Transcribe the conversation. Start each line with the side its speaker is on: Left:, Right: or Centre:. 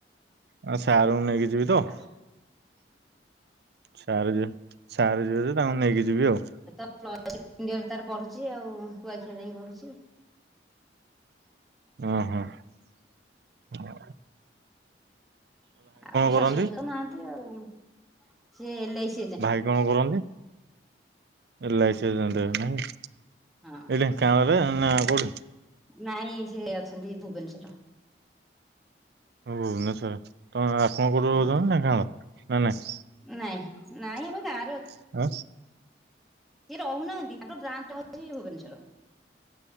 Right: ଆ ସାରୁଙ୍କୁ ନେଇକି ଯିବି ତ।
Centre: ଆଉ
Right: ସାର ଯିବେ ସାର୍ ଯିବେ ଯେ ତାଙ୍କୁ ନେଇକି ଯିବି ଆଉ।
Centre: ଜିଆ ଡି ତାର ପଢୁଛି ଆଉ କୁଆଖିଆ ଯାଇ ପଢୁଛି।
Right: ଓ ହଁ ହ
Centre: ଆଉ ମୋ
Right: କରନ୍ତି?
Centre: ଶାଶୁ ଶଶୁର ନାହାନ୍ତି ଆଉ ସିଏ
Right: ଭାଇ କଣ କରନ୍ତି ଏଲ ଆଇ ସି ଏଜଟ ନାହିଁ ଏଟା
Centre: ହଁ।
Right: କ୍ୟାମରାରେ ନା କେଉଁଠି।
Centre: ନାଇଁ ସେ ଅଛନ୍ତି ଭୁବନେଶ୍ଵର।
Right: ହଉ ଭୁବେନେଶ୍ଵ ର ତ ଆପଣ କୋଉଠୁ
Centre: ହଁ।
Right: ରହୁଛନ୍ତି ନାଇ ଗାଁରେ ନାଇ।
Centre: ନାଇଁ ନାଇଁ ଆମେ ଗାଁ
Right: ହଁ।
Centre: ସିଏ ରହୁନାହାନ୍ତି ଆମର ବ୍ରାଞ୍ଚ ଅଛି ଭୁବନେଶ୍ଵର।